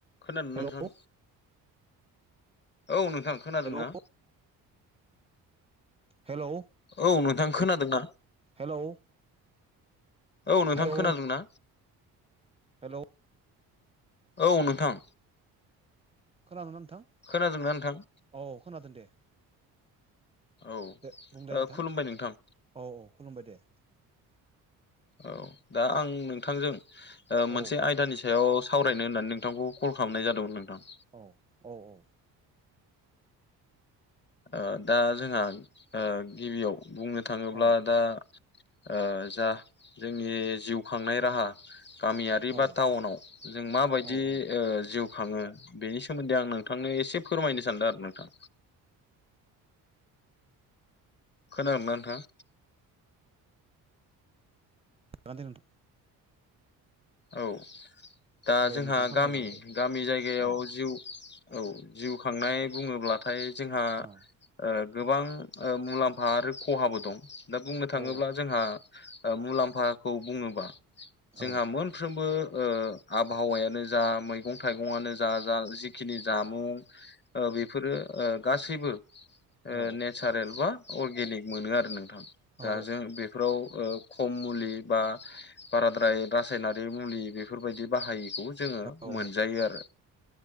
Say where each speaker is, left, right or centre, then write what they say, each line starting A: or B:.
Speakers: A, on the left; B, on the right.
A: खोनादों ना
B: हेलौ
A: नोंथां औ नोंथां खोनादोंना?
B: हेलौ हेलौ
A: औ नोंथां खोनादों ना
B: हेलौ
A: औ नोंथां
B: हेलौ
A: खोनादों ना?
B: हेलौ
A: औ नोंथां
B: खोनादोंना नोंथां
A: खोनादोंना नोंथां?
B: औ खोनादों दे
A: औ ओ
B: दे बुंलाय नोंथां
A: खुलुमबाय नोंथां
B: औ औ खुलुमबाय दे
A: औ दा आं नोंथांजों मोनसे
B: औ
A: आयदानि सायाव स सावरायनो होननानै नोंथांखौ कल खालामनाय जादोंमोन नोंथां
B: औ औ औ
A: ओ दा जोंहा ओ गिबियाव बुंनो थाङोब्ला
B: औ
A: दा ओ जा जोंनि जिउ खांनाय राहा गामियारि बा
B: औ
A: टाउनाव जों माबायदि
B: औ औ
A: ओ जिउ खाङो बेनि सोमोन्दै आं नोंथांनो एसे फोरमायनो सानदों आरो नोंथां। खोनादोंना नोंथां?
B: <unintelligible>
A: औ दा
B: दे
A: जोंहा
B: नोंथां फोरमायजागोन
A: गामि
B: दे
A: गामि जायगायाव
B: औ
A: जिउ औ जिउ खांनाय बुङोब्लाथाय जोंहा
B: औ
A: ओ गोबां मुलाम्फा आरो खहाबो दं दा बुंनो थाङोब्ला
B: औ
A: जोंहा ओ मुलाम्फाखौ बुङोबा जोंहा
B: औ
A: मोन फ्रोमबो ओ आबहावायानो जा मैगं थाइगंआनो जा जा जिखिनि जामुं ओ बेफोरो ओ गासैबो ओ
B: औ
A: नेचारेल बा अर्गेनिक मोनो आरो नोंथां दा
B: औ
A: जों बे फ्राव ओ खम मुलि बा बाराद्राय रासायनारि रि बे मुलि बेफोरबायदि बाहायिखौ जोंङो
B: औ
A: मोनजायो आरो